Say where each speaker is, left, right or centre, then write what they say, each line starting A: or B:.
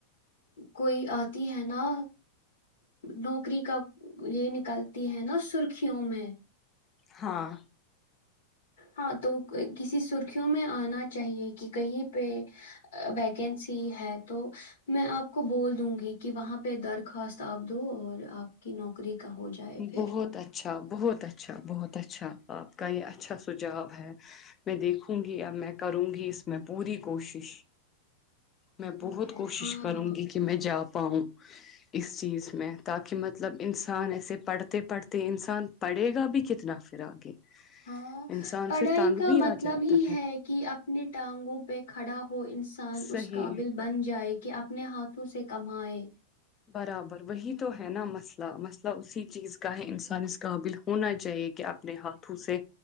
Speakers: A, on the left; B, on the left.
A: کوئی آتی ہے نا نوکری کا یہ نکلتی ہے نا سرخیوں میں
B: ہاں
A: ہاں تو کوئی کسی سرخیوں میں آنا چاہیے کہ کہیں پہ ویکنسی ہے تو میں آپ کو بول دوں گی کہ وہاں پہ درخواست آپ دو اور آپ کی نوکری کا ہو جائے پھر
B: بہت اچھا بہت اچھا بہت اچھا آپ کا یہ اچھا سجھاؤ ہے میں دیکھوں گی اب میں کروں گی اس میں پوری کوشش میں
A: ٹھیک
B: بہت
A: ہے
B: کوشش
A: ہاں
B: کروں
A: ہاں
B: گی کہ میں جا پاؤں اس چیز میں تاکہ مطلب انسان ایسے پڑھتے پڑھتے انسان پڑھے گا بھی کتنا پھر آگے
A: ہاں
B: انسان
A: پڑھائی
B: پھر تانگ
A: کا
B: بھی
A: مطلب
B: آ جاتا
A: ہی ہے کہ اپنی ٹانگوں پہ کھڑا وہ انسان اس
B: صحیح
A: قابل بن جائے کہ اپنے ہاتھ سے کمائے
B: برابر وہی تو ہے نا مسئلہ مسئلہ اسی چیز کا ہے انسان اس قابل ہونا چاہیے کہ اپنے ہاتھوں سے